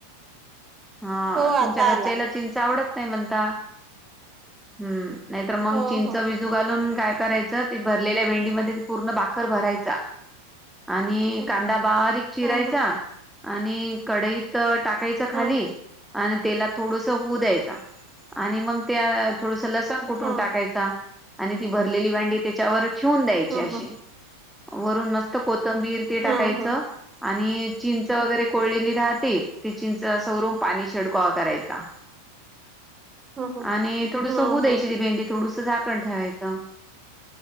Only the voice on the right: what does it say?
हो
आता
आला
हो
हो
ह,
हा हा
हा
हा हा
हा
हा
हा
ह ह
हा
हा